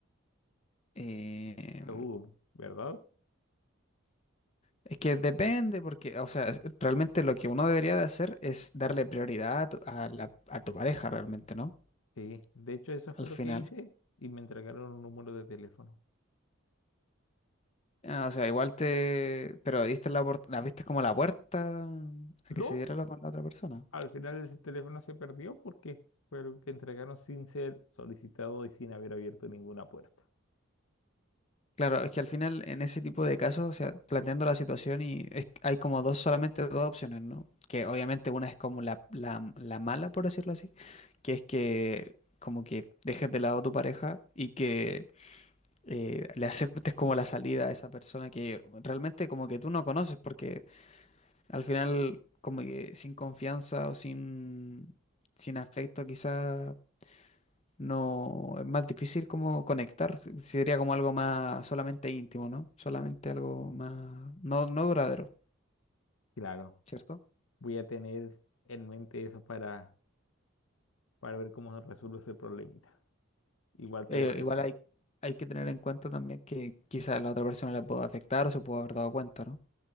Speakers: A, on the left (about 30°); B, on the left (about 75°).
A: Eh,
B: Uh, ¿verdad?
A: es que depende, porque, o sea, es- realmente lo que uno debería de hacer es darle prioridad a tu, a la- a tu pareja realmente, ¿no?
B: Sí. De hecho, eso fue
A: Al
B: lo
A: final.
B: que hice y me entregaron un número de teléfono.
A: Ah, o sea, igual te, pero diste la, opor- la viste como la puerta a
B: No,
A: que se diera lo con la otra persona.
B: al final ese teléfono se perdió porque fue el que entregaron sin ser solicitado y sin haber abierto ninguna puerta.
A: Claro, es que al final en ese tipo de casos, o sea, planteando la situación y es- hay como dos, solamente dos opciones, ¿no? Que obviamente una es como la, la, la mala, por decirlo así, que es que como que dejes de lado a tu pareja y que eh, le aceptes como la salida a esa persona que realmente como que tú no conoces, porque al final como que sin confianza o sin, sin afecto quizás no, es más difícil como conectar, se- sería como algo más solamente íntimo, ¿no? Solamente algo más, no, no duradero,
B: Claro.
A: ¿cierto?
B: Voy a tener en mente eso para, para ver cómo se resuelve ese problemita. Igual
A: Eh,
B: te agradezco.
A: igual hay, hay que tener en cuenta también que quizás la otra persona la pueda afectar o se pueda haber dado cuenta, ¿no?